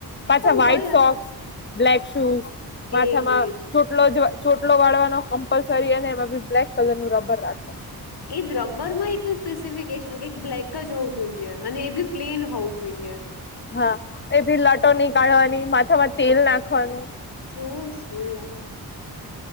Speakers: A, on the left (about 30°); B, on the left (about 75°).
A: પાછા
B: પણ
A: વ્હાઈટ
B: તોય
A: સોક્સ બ્લેક શૂઝ
B: હમ,
A: માથામાં.
B: એજ એજ
A: ચોટલો ચોટલો વાળવાનો કમ્પલસરી અને એમા બ્લેક કલર નું રબર રાખવાનું.
B: એજ રબર માં એટલું સ્પેસિફિકેશન કે બ્લેક જ હોવું જોઈએ અને એ બી પ્લેન હોવું જોઈએ.
A: હા એ ભી લટો ની કાઢવાની માથામાં તેલ નાખવાનું.
B: શ શું યાર.